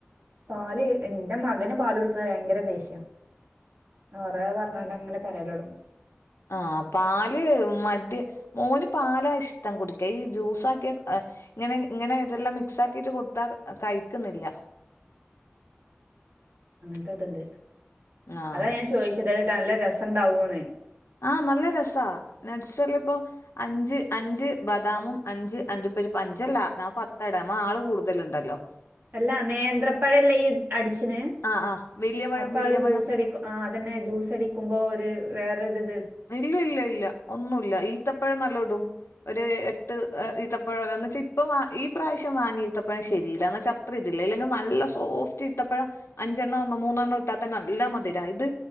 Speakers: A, on the right (about 55°); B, on the left (about 80°).
A: പാല് ഇന്റെ മകന് പാല് കുടിക്കണത് ഭയങ്കര ദേഷ്യ
B: <inaudible>
A: കെറെ പറഞ്ഞാണ്ടങ്ങനെ പറയലൊട്ങ്ങും
B: ആ പാല് മടിയാ ഓന് പാലായിശ് ഇഷ്ടം കുടിക്ക ഈ ജൂസാക്കിയ ഇങ്ങനെ ഇങ്ങനെ ഇതെല്ലാം മിക്സാക്കിട്ട് കൊട്ത്താ കഴിക്ക്ന്ന്ല്ലാ <inaudible>
A: <unintelligible> ണ്ട്
B: ആഹ്
A: അതാ ഞാ ചോയിച്ചത് അത്ടല്ല രസണ്ടാവോന്ന്?
B: ആ് നല്ല രസാ നഡ്സല്ലപ്പോ അഞ്ച് അഞ്ച് ബദാമും അഞ്ച് അണ്ടി പ്പെരു അഞ്ചല്ല ഞാ പത്താടാ നമ്മആള് കൂടുതല്ണ്ടല്ലോ
A: അല്ല നേന്ത്രപ്പയല്ലേ ഇയ്യ്അട്ച്ച്ണേ?
B: ആഹ് ആഹ് വലിയ പഴം
A: അപ്പൊ
B: വലിയ
A: അഹ് ജൂസടിക്കു
B: പഴം
A: ആ അതന്നെ ജൂസടിക്കുമ്പോ ഒരു വേറെര്ത്
B: ഇല്ല ഇല്ല ഇല്ല ഒന്നുല്ല ഈത്തപ്പഴം നല്ലോ <inaudible> ഒര് എട്ട് എ ഈത്തപ്പഴന്നച്ചാ ഇപ്പ ഈ പ്രാശ്യം വാങ്ങിയ ഈത്തപ്പഴം ശരിയില്ല. അത്രതില്ല ഇല്ലെങ്കി നല്ല സോഫ്റ്റ് ഈത്തപ്പഴം അഞ്ച് അഞ്ചെണ്ണം ഒന്ന മൂന്നെണ്ണം ഇട്ടാത്തനെ നല്ല മധരാ ഇത്